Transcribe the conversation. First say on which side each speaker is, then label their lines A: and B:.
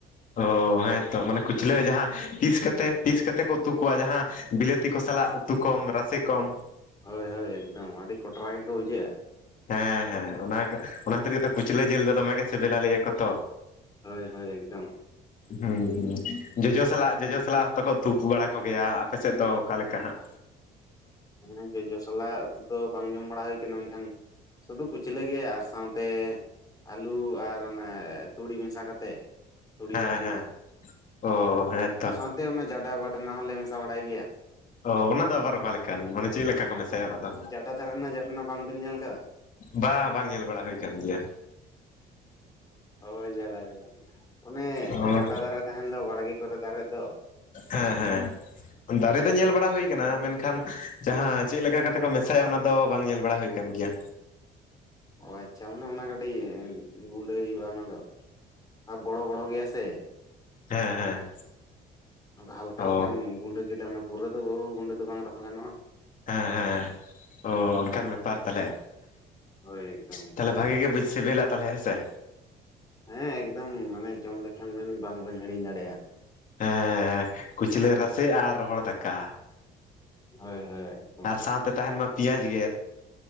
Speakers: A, on the left (about 50°); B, on the left (about 20°).
A: ᱚ ᱦᱮᱸᱛᱚ ᱢᱟᱱᱮ ᱠᱷᱩᱪᱞᱟᱹ ᱡᱟᱦᱟᱸ ᱯᱤᱥ ᱠᱟᱛᱮ ᱯᱤᱥ ᱠᱟᱛᱮ ᱠᱚ ᱩᱛᱩ ᱠᱚᱣᱟ ᱡᱟᱦᱟᱸ ᱵᱤᱞᱟᱹᱛᱤ ᱠᱚ ᱥᱟᱞᱟᱜ ᱩᱛᱩ ᱠᱚᱢ ᱨᱟᱥᱮ ᱠᱚᱢ ᱾
B: ᱦᱳᱭ ᱦᱳᱭ ᱮᱠᱫᱚᱢ ᱟᱹᱰᱤ ᱠᱚᱴᱨᱟ ᱜᱮ ᱠᱚ ᱵᱩᱡᱷᱟᱹᱜᱼᱟ
A: ᱦᱮᱸ ᱦᱮᱸ ᱚᱱᱟ, ᱚᱱᱟ ᱠᱷᱟᱹᱛᱤᱨ ᱜᱮᱛᱚ ᱠᱩᱪᱞᱟᱹ ᱡᱤᱞ ᱫᱚᱢᱮ ᱥᱤᱵᱤᱞᱟ ᱾ᱞᱟᱹᱭᱟ ᱟᱠᱚ ᱛᱚ᱾
B: ᱦᱳᱭ ᱦᱳᱭ ᱮᱠᱫᱚᱢ᱾
A: ᱦᱮᱸ ᱦᱮᱸ ᱡᱚᱡᱚ ᱥᱟᱞᱟᱜ, ᱡᱚᱡᱚ ᱥᱟᱞᱟᱜ, ᱦᱚᱛᱚ ᱠᱚ ᱩᱛᱩᱯ ᱵᱟᱲᱟ ᱠᱚᱜᱮᱭ-ᱟ᱾ ᱟᱯᱮ ᱥᱮᱫ ᱫᱚ ᱚᱠᱟ ᱞᱮᱠᱟ ᱦᱟᱸᱜ?
B: ᱦᱮᱸ ᱡᱚᱡᱚ ᱥᱞᱟᱜ ᱩᱛᱩ ᱫᱚ ᱵᱟᱝ ᱡᱚᱢ ᱵᱟᱲᱟ ᱦᱩᱭ ᱠᱟᱱᱟ ᱢᱮᱱᱠᱷᱟᱱ ᱥᱩᱫᱩ ᱠᱩᱪᱞᱟᱹᱜ ᱜᱮ, ᱟᱨ ᱥᱟᱶᱛᱮ ᱟᱹᱞᱩ ᱟᱨ ᱚᱱᱮ, ᱛᱩᱲᱤ ᱢᱮᱥᱟ ᱠᱟᱛᱮᱫ ᱛᱩᱲᱤ
A: ᱦᱮᱸ
B: ᱵᱟᱴᱱᱟ,
A: ᱦᱮᱸ ᱚ ᱦᱮᱸᱛᱚ
B: ᱟᱨ ᱥᱟᱶᱛᱮ ᱚᱱᱟ ᱡᱟᱰᱟ ᱵᱟᱴᱱᱟ ᱦᱚᱸᱞᱮ ᱢᱮᱥᱟ ᱵᱟᱲᱟᱭ ᱜᱮᱭᱟ᱾
A: ᱚ ᱚᱱᱟ ᱫᱚ ᱟᱵᱟᱨ ᱚᱠᱟ ᱞᱮᱠᱟᱱ᱾ ᱢᱟᱱᱮ ᱪᱮᱫ ᱞᱮᱠᱟ ᱠᱚ ᱢᱮᱥᱟᱭᱟ ᱚᱱᱟ ᱫᱚ
B: ᱡᱟᱰᱟ ᱫᱟᱨᱮ ᱨᱮᱱᱟᱜ ᱡᱟᱴᱟᱱᱟ ᱵᱟᱝᱵᱤᱱ ᱧᱮᱞ ᱟᱠᱟᱫᱟ᱾
A: ᱵᱟ ᱵᱟᱝ ᱧᱮᱞ ᱵᱟᱲᱟ ᱦᱩᱭ ᱠᱟᱱ ᱜᱮᱭᱟ᱾
B: ᱚ ᱡᱟᱞᱟ - ᱡᱟᱞᱟ᱾ ᱚᱱᱮ
A: ᱚ
B: ᱡᱟᱰᱟ ᱫᱟᱨᱮ ᱛᱟᱦᱮᱱ ᱫᱚᱸ ᱵᱟᱲᱜᱮ ᱠᱚᱨᱮ ᱫᱟᱨᱮᱜ ᱫᱚ᱾
A: ᱦᱮᱸ ᱦᱮᱸ ᱫᱟᱨᱮ ᱫᱚ ᱧᱮᱞ ᱵᱟᱲᱟ ᱦᱩᱭ ᱢᱮᱱᱠᱷᱟᱱ ᱡᱟᱦᱟᱸ ᱪᱮᱫ ᱞᱮᱠᱟ ᱠᱟᱛᱮ ᱠᱚ ᱢᱮᱥᱟᱭ-ᱟ᱾ ᱚᱱᱟ ᱫᱚ ᱵᱟᱝ ᱧᱮᱞ ᱵᱟᱲᱟ ᱦᱩᱭ ᱠᱟᱱ ᱜᱮᱭᱟ᱾
B: ᱚ ᱟᱪᱪᱷᱟ ᱢᱟᱱᱮ ᱚᱱᱟ ᱠᱟᱹᱴᱤᱡ ᱜᱩᱸᱰᱟᱹᱭ ᱦᱩᱭᱩᱜᱼᱟ ᱚᱱᱟ ᱫᱚ᱾ ᱟᱨ ᱵᱚᱲ ᱵᱚᱲ ᱜᱮᱭᱟ ᱥᱮ?
A: ᱦᱮᱸ ᱦᱮᱸ
B: ᱟᱫᱚ ᱦᱟᱞᱠᱟ
A: ᱚ
B: ᱦᱟᱞᱠᱟᱢ ᱜᱩᱸᱰᱟᱹ ᱠᱮᱫᱟ᱾ ᱯᱩᱨᱟᱹ ᱫᱚ <unintelligible> ᱜᱩᱸᱟᱹ ᱫᱚ ᱵᱟᱝ ᱨᱮᱦᱚᱸ ᱜᱟᱱᱚᱜᱼᱟ᱾
A: ᱦᱮᱸ ᱦᱮᱸ ᱚᱸ ᱚᱱᱠᱟᱱ ᱵᱮᱯᱟᱨ ᱛᱟᱦᱚᱞᱮ?
B: ᱦᱳᱭ ᱮᱠᱫᱚᱢ - ᱮᱠᱫᱚᱢ᱾
A: ᱛᱟᱦᱚᱞᱮ ᱵᱷᱟᱜᱤ ᱜᱮ ᱵᱩᱡ ᱥᱤᱵᱤᱞᱟ ᱛᱟᱦᱚᱞᱮ ᱦᱮᱸᱥᱮ
B: ᱦᱮᱸ ᱮᱠᱫᱚᱢ ᱢᱟᱱᱮ ᱡᱚᱢ ᱞᱮᱠᱷᱟᱱ, ᱵᱮᱱ ᱵᱟᱝᱵᱮᱱ ᱦᱤᱲᱤᱧ ᱫᱟᱲᱮᱭᱟᱜᱼᱟ᱾
A: ᱦᱮᱸ ᱠᱩᱪᱞᱟᱹ ᱨᱟᱥᱮ ᱟᱨ ᱨᱚᱦᱚᱲ ᱫᱟᱠᱟ᱾
B: ᱦᱳᱭ ᱦᱳᱭ ᱮᱠᱫᱚᱢ
A: ᱟᱨ ᱥᱟᱶᱛᱮ ᱛᱟᱦᱮᱱ ᱢᱟ᱾ ᱯᱮᱸᱭᱟᱡᱽ ᱜᱮᱫ᱾